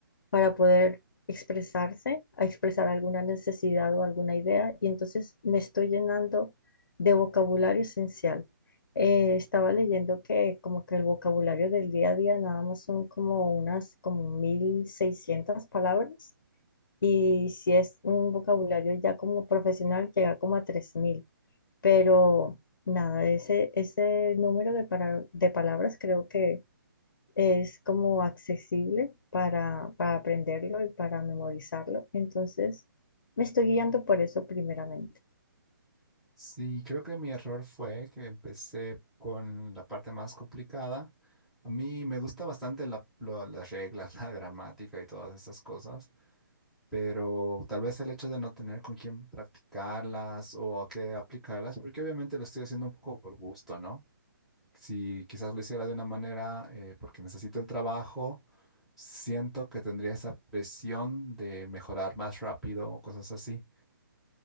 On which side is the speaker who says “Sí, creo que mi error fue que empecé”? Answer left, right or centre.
Centre